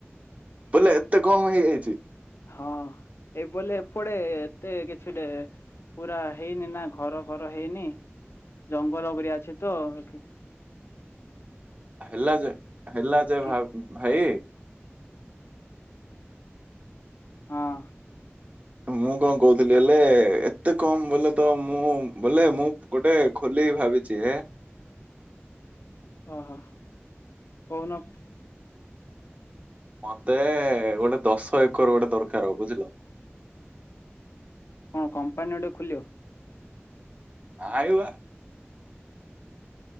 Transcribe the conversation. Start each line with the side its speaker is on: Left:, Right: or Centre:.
Right: ବୋଲେ, ଏତେ କମ୍ ହେଇଯାଇଛି!
Left: ହଁ, ଏଇ ବୋଲେ ଏପଡେ, ଏତେ କିଛି ଡେ ପୁରା ହେଇନି ନା, ଘର ଫର ହେଇନି। ଜଙ୍ଗଲ ପରିକା ଅଛି ତ କି
Right: ହେଲା ଯେ, ହେଲା ଯେ,
Left: କି
Right: ଭା-ଭାଇ
Left: ହଁ।
Right: ମୁଁ କଣ କହୁଥିଲି ହେଲେ, ଏତେ କମ୍ ବଲେ ତ, ମୁଁ ବଲେ ମୁଁ ଗୋଟେ ଖୋଲି ଭାବିଚି ଏ
Left: ଓହୋ! କହୁନ?
Right: ମତେ-ଏ ଗୋଟେ ଦଶ ଏକର ଗୋଟେ ଦରକାର ହ ବୁଝିଲ।
Left: କଣ କମ୍ପାନୀ ଗୋଟେ ଖୁଲିଅ?
Right: ନାଇବା।